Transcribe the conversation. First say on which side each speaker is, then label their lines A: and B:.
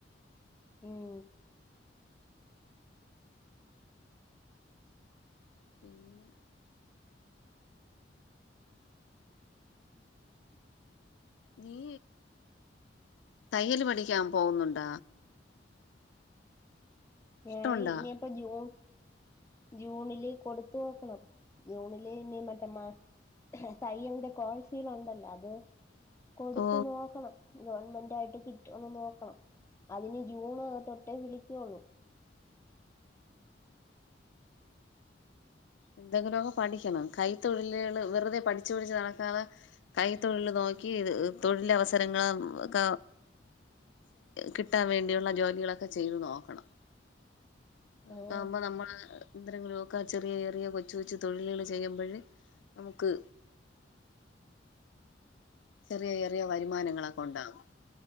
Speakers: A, on the left; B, on the left.
A: ഉം
B: പിന്നെ നീ തയ്യൽ പഠിക്കാൻ പോകുന്നുണ്ട
A: ഞാൻ
B: ഇഷ്ടമുണ്ടാ
A: ഇനിപ്പൊ ജൂ ജൂണില് കൊടുത്ത വെക്കണം ജൂണില് ഇനി മറ്റ മ തയ്യൽന്റെ കോഴ്സൽ ഉണ്ടല്ലോ അത് കൊടുത്തു
B: ഓ
A: നോക്കണം ഗവണ്മെന്റ് ആയിട്ട് കിട്ട ഒന്ന് നോക്കണം അതിന് ജൂണ് തൊട്ടേ വിളിക്കുള്ളൂ
B: എന്തെങ്കിലുമൊക്കെ പഠിക്കണം കൈത്തൊഴിലുകള് വെറുതെ പഠിച്ചു പിടിച്ച് നടക്കാതെ കൈ തൊഴിൽ നോക്കി തൊഴില അവസരങ്ങള ഒക്ക കിട്ടാൻ വേണ്ടിയുള്ള ജോലികളൊക്കെ ചെയ്തു നോക്കണം
A: ഉം
B: അതാകുമ്പോ നമ്മള് എന്തെങ്കിലും ഒക്കെ ചെറിയ ചെറിയ കൊച്ചു കൊച്ചു തൊഴിലുകൾ ചെയ്യുമ്പോഴ നമുക്ക് ചെറിയ ചെറിയ വരുമാനങ്ങളൊക്കെ ഉണ്ടാകും